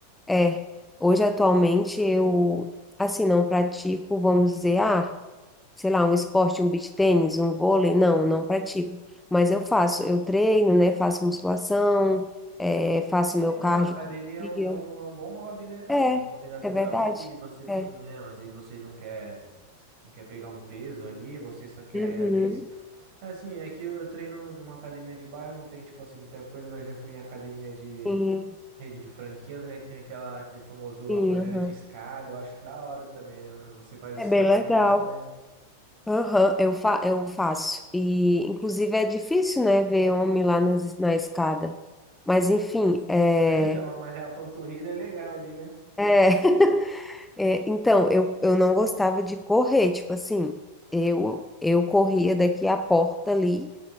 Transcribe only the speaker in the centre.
é, hoje atualmente eu assim não pratico, vamos dizer, ah, sei lá, um esporte, um beach tênis, um vôlei, não, não pratico. Mas eu faço, eu treino, né? Faço musculação, é, faço meu
cardio
todo
dia.
É,
é verdade.
É.
Uhum.
Sim,
sim,
aham.
É
bem
legal.
Aham, eu fa eu faço. E, inclusive, é difícil, né, ver homem lá nas- na, escada. Mas, enfim, é,
é, <laughs> é, então, eu, eu não gostava de correr, tipo assim, eu, eu corria daqui à porta ali